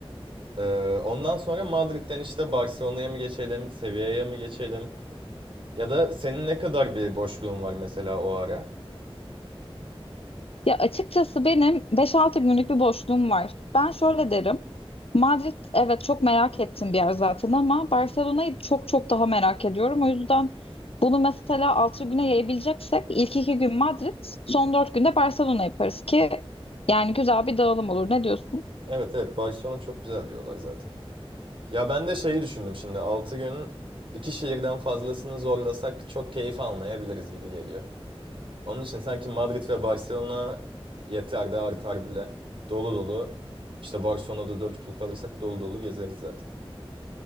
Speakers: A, on the right; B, on the left.
A: Ee, ondan sonra Madrid'den işte Barcelona'ya mı geçelim, Sevilla'ya mı geçelim? Ya da senin ne kadar bir boşluğun var mesela o ara?
B: Ya açıkçası benim beş-altı günlük bir boşluğum var. Ben şöyle derim. Madrid evet çok merak ettiğim bir yer zaten ama Barcelona'yı çok çok daha merak ediyorum. O yüzden bunu mesela 6 güne yayabileceksek ilk 2 gün Madrid, son 4 günde Barcelona yaparız ki yani güzel bir dağılım olur. Ne diyorsun?
A: Evet evet Barcelona çok güzel diyorlar zaten. Ya ben de şeyi düşündüm şimdi. altı gün iki şehirden fazlasını zorlasak çok keyif almayabiliriz gibi geliyor. Onun için sanki Madrid ve Barcelona yeter de artar bile. Dolu dolu. İşte Barcelona'da 4 gün kalırsak dolu dolu gezeriz zaten.